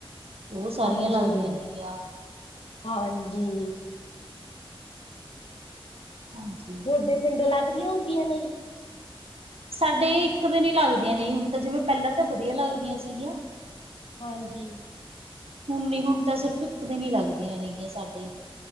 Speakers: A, on the right; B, on the left.
A: ਉਹ ਸਾਰੀਆਂ
B: ਹਾਂਜੀ-
A: ਲੱਗਦੀਆਂ ਨੇਗੀਆਂ
B: ਹਾਂਜੀ,
A: ਹਾਂਜੀ <unintelligible>
B: ਤੁਹਾਡੇ ਪਿੰਡ ਲੱਗਦੀਆਂ ਹੁੰਦੀਆਂ ਨੇ,।
A: ਸਾਡੇ ਇੱਕ ਦਿਨ ਹੀ ਲੱਗਦੀਆਂ ਨੇ, ਹੁਣ ਤਾਂ ਜਿਵੇਂ ਪਹਿਲਾਂ ਤਾਂ ਵਧੀਆ ਲੱਗਦੀਆਂ ਸੀਗੀਆਂ।
B: ਹਾਂਜੀ,।
A: ਹੁਣ ਨ ਹੁਣ ਤਾਂ ਸਿਰਫ਼ ਇੱਕ ਦਿਨ ਹੀ ਲੱਗਦੀਆਂ ਨੇਗੀਆਂ ਸਾਡੇ ਹੀ,।